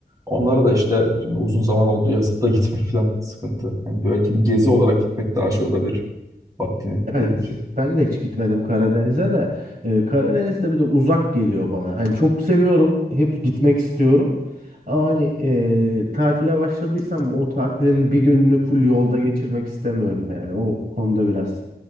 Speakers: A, on the right; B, on the right.
A: onlara da işte şimdi uzun zaman oldu yazıp da gitmek falan sıkıntı. Yani belki bir gezi olarak gitmek daha şey olabilir vaktini
B: evet.
A: gelince.
B: Ben de hiç gitmedim Karadeniz'e de. Ee, Karadeniz'de bir de uzak geliyor bana. Hani çok seviyorum. Hep gitmek istiyorum. Ama hani e, tatile başladıysam o tatilin bir gününü full yolda geçirmek istemiyorum yani. O konuda biraz